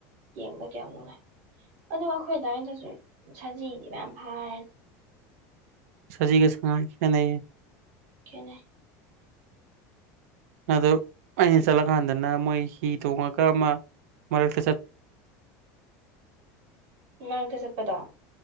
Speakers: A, on the right; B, on the right.
A: ꯌꯦꯡꯕ ꯀꯌꯥꯝ ꯅꯨꯡꯉꯥꯏ ꯑꯗꯨ ꯑꯩꯈꯣꯏ ꯑꯗꯨꯗꯥꯏꯗꯁꯨ ꯁꯖꯤꯗꯤ ꯃꯌꯥꯝ ꯐꯥꯔꯦꯅꯤ
B: ꯁꯖꯤ ꯀ ꯁꯉ ꯀꯌꯥ ꯅ
A: ꯏꯅꯦ
B: ꯑꯗꯣ ꯑꯩꯅ ꯆꯠꯂꯀꯥꯟꯗꯅ ꯃꯣꯏ ꯍꯤ ꯇꯣꯡꯉꯒ ꯑꯃ ꯃꯔꯛꯇ ꯆꯠ
A: ꯉ ꯀꯖꯄꯗꯥꯥ